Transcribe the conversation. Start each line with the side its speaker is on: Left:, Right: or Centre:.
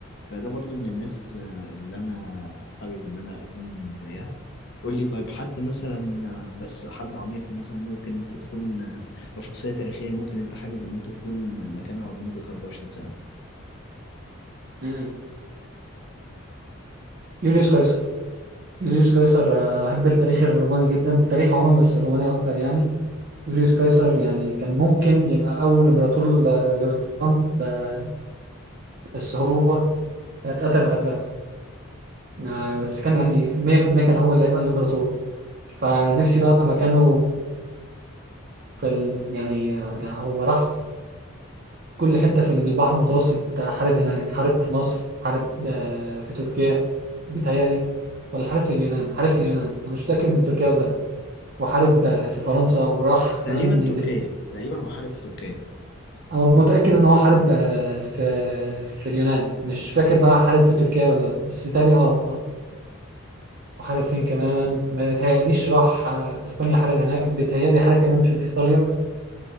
Left: فده برضو من الناس آه، اللي انا حابب ان انا اكون زيها قول لي طيب حد مثلا آه، بس حد عميق مثلا ممكن انت تكون آه، او شخصية تاريخية ممكن انت حابب ان انت تكون مكانها لمدة 24 ساعة
Right: امم يوليوس قيصر يوليوس قيصر آه، أحب التاريخ الروماني جدا التاريخ عموما بس الروماني أكتر يعني يوليوس قيصر يعني كان ممكن يبقى أول إمبراطور ل- للرومان ب- بس هو اتقتل قبلها آه، بس كان يعني 100% كان هو اللي هيبقى الامبراطور فنفسي بقى ابقى مكانه في ال... يعني آه، يعني هو راح كل حتة في البحر المتوسط آه، حارب هناك حارب في مصر حارب آه، في تركيا بيتهيألي ولا حارب في اليونان حارب في اليونان انا مش متأكد من تركيا ولا لا وحارب آه، في فرنسا وراح
Left: تقريبا
Right: كمان انجلترا
Left: تركيا تقريبا هو حارب في تركيا
Right: انا متأكد ان هو حارب آه، في في اليونان مش فاكر بقى حارب في تركيا ولا لا بس بيتهيألي اه آه. وحارب فين كمان ما بيتهيأليش راح آه، اسبانيا حارب هناك بيتهيألي حارب كمان في ايطاليا